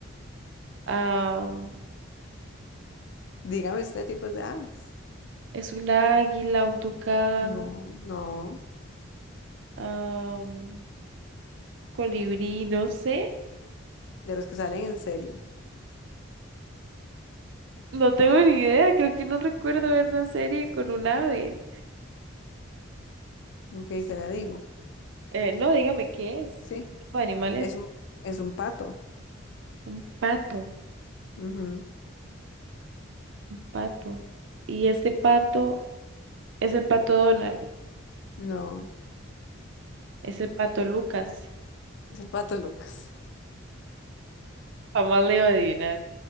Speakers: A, on the right; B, on the left.
A: am,
B: Dígame usted tipos de aves.
A: es un águila, un tucán,
B: No, no,
A: am, colibrí, no sé.
B: de los que salen en series.
A: No tengo ni idea, creo que no recuerdo ver una serie con un ave.
B: Ok, se la digo.
A: Eh, no, dígame qué es,
B: Sí,
A: qué tipo de animal
B: es
A: es.
B: un, es un pato.
A: Un pato,
B: Ujú.
A: un pato. Y este pato es el pato Donald,
B: No,
A: es el pato Lucas.
B: es el pato Lucas.
A: Jamás le iba a adivinar,